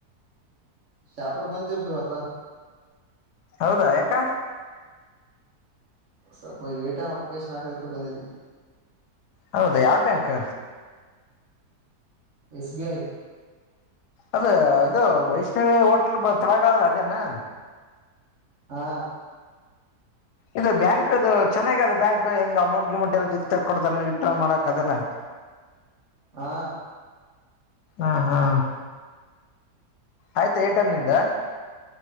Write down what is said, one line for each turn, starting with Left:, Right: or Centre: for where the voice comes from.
Right: ಶಾಪರ ಬಂದಿಪ್ ಇವತ್ತ.
Left: ಹೌದಾ ಯಾಕ?
Right: ಸೊಪ್ಪ ಎ ಟಿ ಎಂ ಅಪ್ಲಿಕೇಶನ್ ಹಾಕದಿತ್ತು ಬಂದಿದ್ವಿ.
Left: ಹೌದಾ ಯಾವ ಬ್ಯಾಂಕ್?
Right: ಎಸ್ ಬಿ ಐ
Left: ಅದ ಅದು ವೈಷ್ಣವಿ ಹೋಟ್ಲ್ ಬ ತಳಗಾದಲ ಅದೇನಾ?
Right: ಹಾ
Left: ಇದು ಬ್ಯಾಂಕ್ದು ಚೆನ್ನಾಗ ಅದ ಬ್ಯಾಂಕ್ ಹೆಂಗ ಅಮೌಂಟ್ ಗಿಮೌಂಟ್ ಎಲ್ಲ ಜೊತ್ ತಕೊಡ್ತಾರೆ ವಿತ್ಡ್ರಾ ಮಾಡಕ್ ಅದೆಲ್ಲ.
Right: ಹಾ
Left: ಆ ಹಾ ಆಯ್ತ ಎ ಟಿ ಎಂ ನಿಂದು